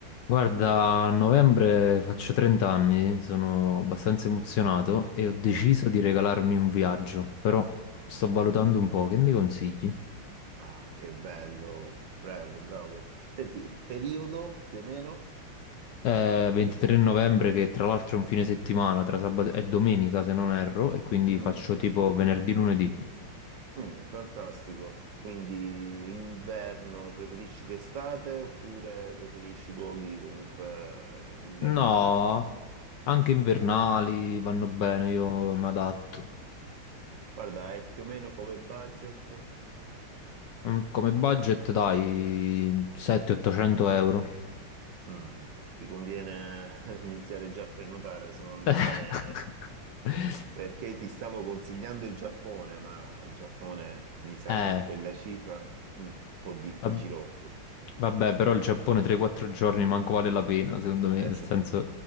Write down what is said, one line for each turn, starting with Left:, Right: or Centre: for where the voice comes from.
Left: Guarda, a novembre faccio 30 anni, sono abbastanza emozionato e ho deciso
Right: Mm.
Left: di regalarmi un viaggio, però sto valutando un po', che mi consigli?
Right: Ah, che Sì. bello, bravo, bravo. Senti, periodo più o meno?
Left: È 23 novembre, che tra l'altro è un fine settimana, tra sabato e domenica se non erro, e quindi
Right: Mm,
Left: faccio tipo venerdì, lunedì.
Right: mm, fantastico. Quindi inverno, preferisci l'estate oppure preferisci luoghi comunque invernali?
Left: No,
Right: Vanno...
Left: anche invernali vanno bene, io mi adatto.
Right: Guarda, è più o meno come budget?
Left: Mm, Come budget dai 700-800 euro.
Right: Mm. Ti conviene <laughs> iniziare già a prenotare, secondo
Left: <laughs>
Right: me, perché ti stavo consigliando il Giappone, ma il Giappone mi sa
Left: Eh,
Right: con quella cifra mm, un po' difficilotto.
Left: Vab- Vabbè, però il Giappone 3-4 giorni manco vale la pena, secondo me,
Right: Esatto,
Left: nel senso